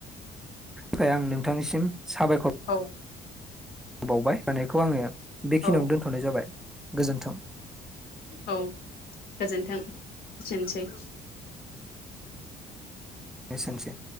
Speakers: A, in the centre; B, on the left.
A: थाखाय आं नोंथांनिसिम साबायखर।
B: औ
A: होबावबाय होनायखौ आङो बेखिनियावनो
B: औ
A: दोनथ'नाय जाबाय। गोजोन्थों।
B: औ गोजोनथों एसेनोसै।
A: एसेनोसै।